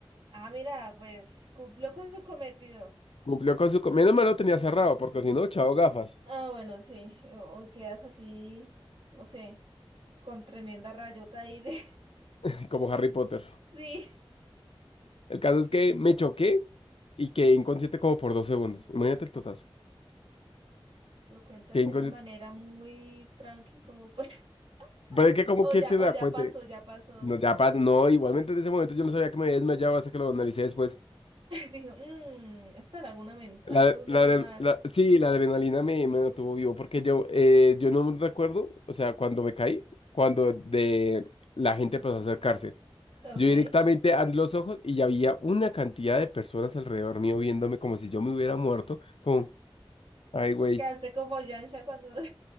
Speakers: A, on the right (about 65°); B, on the left (about 80°).
A: Ah, mira, pues cumplió con su cometido.
B: Cumplió con su... co- Menos mal lo tenía cerrado, porque si no, chao gafas,
A: Ah, bueno, sí. O o quedas así, no sé, con tremenda rayota ahí de... <laughs>
B: <laughs> como Harry Potter.
A: Sí.
B: El caso es que me choqué y quedé inconsciente como por dos segundos. Imagínate el totazo.
A: Lo cuentas
B: Quedé
A: de
B: inconsciente.
A: una manera muy tranqui, como pues, <laughs>
B: Pero es que, ¿cómo
A: o
B: que
A: ya,
B: es que se
A: o
B: da
A: ya
B: cuenta?
A: pasó, ya pasó.
B: No, ya pas- no, igualmente
A: <laughs>
B: en ese momento yo no sabía que me había desmayado hasta que lo analicé después.
A: Dijo, mmm, esta laguna mental
B: La,
A: no es normal.
B: la, adre- la- sí, la adrenalina me, me mantuvo vivo porque yo, eh, yo no recuerdo, o sea, cuando me caí, cuando de la gente empezó a acercarse.
A: Ok.
B: Yo directamente abrí los ojos y ya había una cantidad de personas alrededor mío viéndome como si yo me hubiera muerto. Como, ay, güey.
A: Quedaste como Yansha cuando. <laughs>